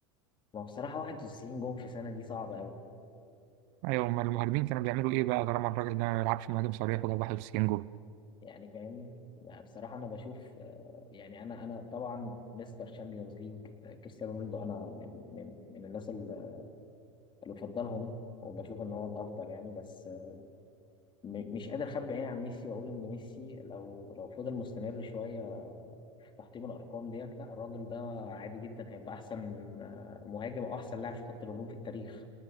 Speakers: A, on the left (about 30°); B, on the right (about 55°).
A: ما بصراحة 91 جون في سنة دي صعبة أوي
B: ايوه امال المهاجمين كانوا بيعملوا ايه بقى طالما الراجل ده ما بيلعبش مهاجم صريح وجاب 91 جول
A: يعني فاهمني يعني بصراحة أنا بشوف آه، يعني أنا أنا طبعا مستر شامبيونز ليج كريستيانو رونالدو أنا من من من الناس اللي اللي بفضلهم وبشوف إن هو الأفضل يعني بس آه، م- مش قادر أخبي عيني عن ميسي وأقول إن ميسي لو لو فضل مستمر شوية في تحطيم الأرقام ديت لا الراجل ده عادي جدا هيبقى أحسن آه، مهاجم أو أحسن لاعب في خط الهجوم في التاريخ